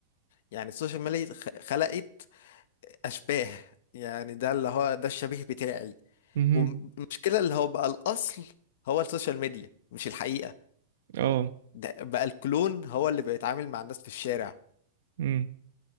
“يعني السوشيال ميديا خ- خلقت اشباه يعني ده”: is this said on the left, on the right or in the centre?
Left